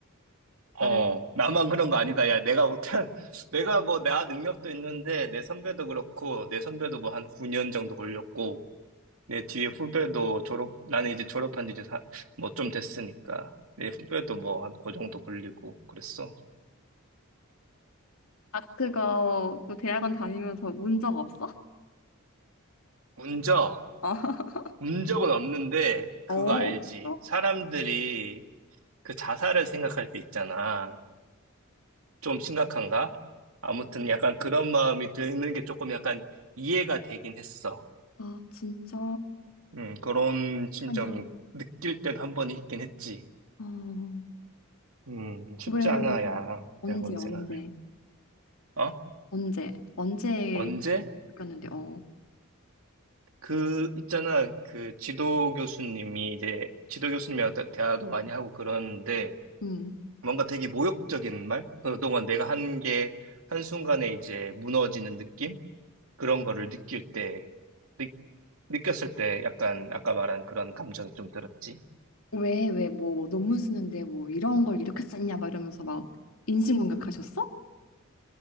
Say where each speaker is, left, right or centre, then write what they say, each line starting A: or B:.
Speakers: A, on the left (about 85°); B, on the right (about 85°).
A: 다른,
B: 어, 나만 그런 거 아니다. 야, 내가 못한, <laughs> 내가 뭐, 나 능력도 있는데, 내 선배도 그렇고, 내 선배도 뭐 한 9년 정도 걸렸고, 내 뒤에 후배도 졸업, 나는 이제 졸업한 지 이제 뭐 좀 됐으니까. 내 후배도 뭐 한 그 정도 걸리고 그랬어.
A: 아, 그거, 그 대학원 다니면서 운 적 없어?
B: 운적,
A: <laughs>
B: 운적은 없는데 그거
A: 어, 어,
B: 알지.
A: 없어?
B: 사람들이 그 자살을 생각할 때 있잖아. 좀 심각한가? 아무튼 약간 그런 마음이 드는 게 조금 약간 이해가 되긴 했어.
A: 아, 진짜.
B: 음, 그런 심정이
A: 아니야.
B: 느낄 때도 한 번 있긴 했지.
A: 어,
B: 음, 쉽지
A: 왜,
B: 않아,
A: 왜,
B: 야,
A: 언제,
B: 대학원
A: 언제,
B: 생활. 어?
A: 언제, 언제
B: 언제?
A: 그랬는데 어,
B: 그 있잖아 그 지도 교수님이 이제 지도 교수님이랑 대- 대화도 많이 하고 그러는데
A: 음,
B: 뭔가 되게 모욕적인 말 그동안 내가 한 게 한순간에 이제 무너지는 느낌 그런 거를 느낄 때 느- 느꼈을 때 약간 아까 말한 그런 감정이 좀 들었지
A: 왜, 왜, 뭐, 뭐 논문 쓰는데 뭐 이런 걸 이렇게 썼냐 막 이러면서 막 인신공격하셨어?